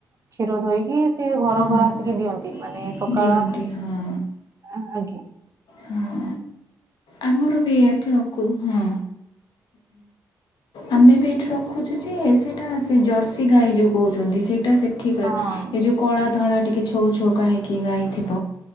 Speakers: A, on the right; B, on the left.
A: କ୍ଷୀର ଧୋଇକି ସିଏ ଘର
B: ହଁ
A: ଘର ଆସିକି ଦିଅନ୍ତି। ମାନେ ସକାଳ
B: ଦିଅନ୍ତି ହଁ
A: ଆ-ଆଜ୍ଞା।
B: ହଁ ଆମର ବି ଇଆଠୁ ରଖୁ ହଁ। ଆମେ ବି ଏଇଠି ରଖୁଚୁ ଯେ ସେଇଟା ସେ ଜର୍ସି ଗାଈ ଯେଉଁ କହୁଚନ୍ତି। ସେଇଟା ସେ ଠିକାର୍
A: ହଁ
B: ଏ ଯେଉଁ କଳା ଧଳା ଟିକେ ଛଉ ଛଉକା ହେଇକି ଗାଇ ଥିବ